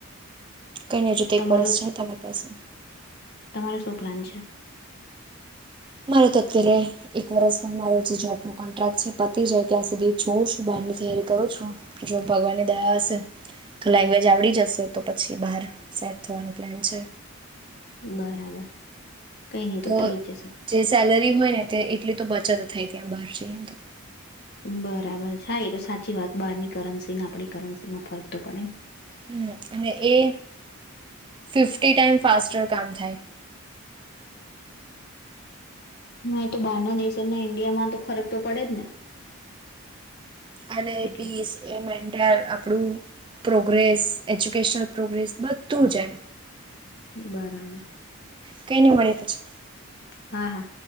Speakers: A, on the right; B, on the left.
A: કઈ નઈ હજુ તો એક
B: તમારો
A: કોરસ છે, તમારી પાસે.
B: તમારો શું પ્લાન છે?
A: મારો તો અત્યારે એક વરસમાં મારો જે જોબનો કોન્ટ્રાક્ટ છે પતી જાય ત્યાં સુધી જોઉં છું બહારની તૈયારી કરું છું, જો ભગવાનની દયા હશે તો લેંગ્વેજ આવડી જશે, તો પછી બહાર સેટ થવાનું પ્લેન છે.
B: બરાબર. કઈ નહી
A: તો
B: થઈ જ જશે
A: જે સેલરી હોય ને ત્યા એટલી તો બચત થાય ત્યાં બહાર જઈએને તો.
B: બરાબર. હા, એતો સાચી વાત. બહારની કરન્સીને આપડી કરન્સી માં ફરક તો પડે ને.
A: હમ્મ અને એ ફિફ્ટી ટાઈમ ફાસ્ટર કામ થાય.
B: હા, તો બહારના દેશને ઈન્ડિયામાં તો ફરક તો પડે જ ને.
A: અને
B: એટલે
A: એ પીસ એન્ટ આપડું. પ્રોગ્રેસ એજ્યુકેશનલ પ્રોગ્રેસ બધું જ એમ.
B: બરાબર.
A: કંઈ નહીં મળે પછી.
B: હા હા.